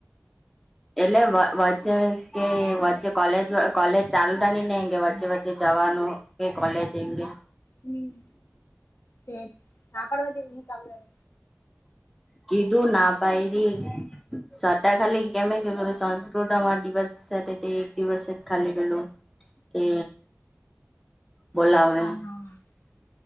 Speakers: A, in the centre; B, on the left.
A: એટલે વચ્ચે મીન્સ કે વચ્ચે કોલેજ. જો કોલેજ ચાલુ થવાની ની કે વચ્ચે વચ્ચે જવાનું કે કોલેજ એંગે.
B: હમ્મ તે ના પણ ચાલ.
A: કધું ના પાયડી સર તો ખાલી કેમ
B: હમ
A: પેલું સંસ્ ડામાં દિવસ સાતે તે એક દિવસે જ ખાલી પેલું કે. બોલાવે
B: હા હા